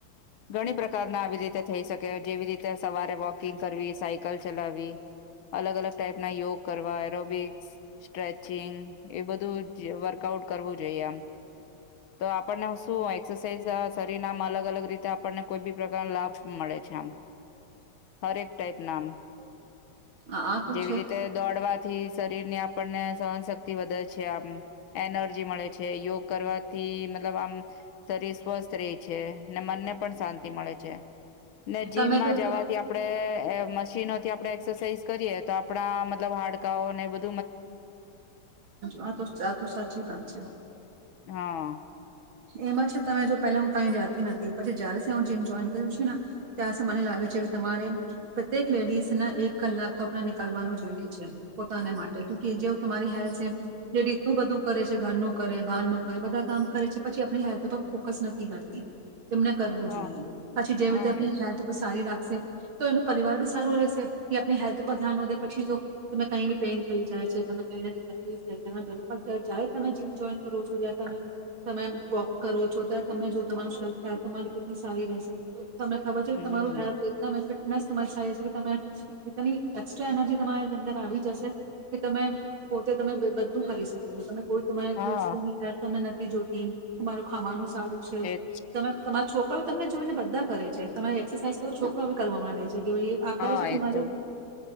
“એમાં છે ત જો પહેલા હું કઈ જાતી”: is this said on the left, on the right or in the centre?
Right